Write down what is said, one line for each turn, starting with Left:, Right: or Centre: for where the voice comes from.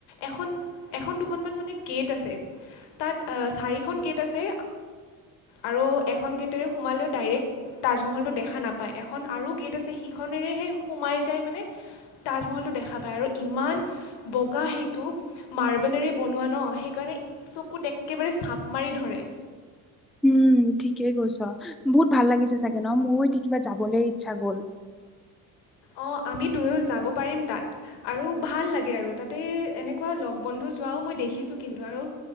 Left: এখন এখন দুখনমান মানে গেট আছে। তাত আ চাৰিখন গেট আছে। আৰু এখন গেটেৰে সোমালেও ডাইৰেক্ট তাজমহলটো দেখা নাপায়। এখন আৰু গেট আছে সিখনেৰেহে সোমাই যায় মানে, তাজমহলটো দেখা পায়। আৰু ইমান বগা সেইটো। মাৰ্বলেৰে বনোৱা ন, সেইকাৰণে চকুত একেবাৰে চাপ মাৰি ধৰে।
Centre: উম ঠিকেই কৈছ। বহুত ভাল লাগিছে চাগে ন মোৰো এতিয়া কিবা যাবলৈ ইচ্ছা গ'ল।
Left: অঁ আমি দুয়ো যাব পাৰিম তাত। আৰু ভাল লাগে আৰু তাত- তাতে এনেকুৱা লগ বন্ধু যোৱাও মই দেখিছোঁ কিন্তু আৰু,